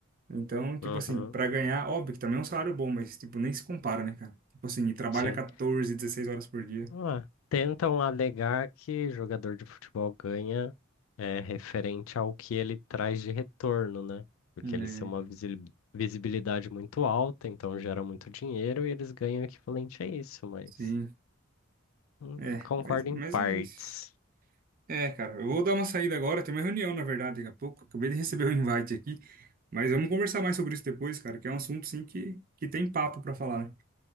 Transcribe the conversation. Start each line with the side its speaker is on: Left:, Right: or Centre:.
Right: Então, tipo
Left: Uhum,
Right: assim, pra ganhar, óbvio que também é um salário bom, mas, tipo, nem se compara, né, cara? Tipo assim, e trabalha
Left: sim.
Right: 14, 16 horas por dia.
Left: Ah, tentam alegar que jogador de futebol ganha é referente ao que ele traz de retorno, né? Porque
Right: É,
Left: eles têm uma visi- visibilidade muito alta, então gera muito dinheiro e eles ganham equivalente a isso, mas
Right: sim,
Left: hum,
Right: é,
Left: concordo
Right: mas, mas
Left: em partes.
Right: é isso. É, cara, eu vou dar uma saída agora, tem uma reunião, na verdade, daqui a pouco, acabei de receber o invite aqui, mas vamos conversar mais sobre isso depois, cara, que é um assunto, sim, que, que tem papo pra falar, né?